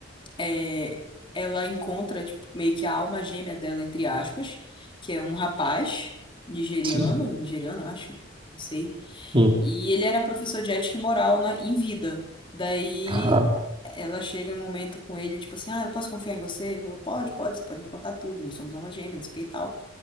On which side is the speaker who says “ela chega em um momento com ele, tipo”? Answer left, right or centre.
Left